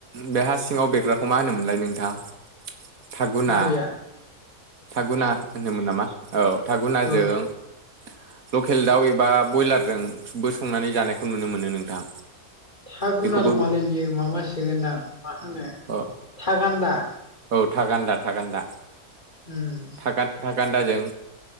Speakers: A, on the right (about 60°); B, on the left (about 30°).
A: बे हा सिङाव बेरग्राखौ मा होनोमोनलाय नोंथां? थागुना
B: माबाया
A: थागुना होनोमोन नामा औ थागुनाजों
B: औ
A: <inaudible> लकेल दाउ एबा बयलारजों बो संनानै जानायखौ नुनो मोनो नोंथां।
B: था
A: बेखौबो
B: गुना नङालै बियो मा मा सोगोनदां मा होनो
A: अ
B: थागान्दा
A: औ थागान्दा थागान्दा
B: उम
A: था गान था गान्दाजों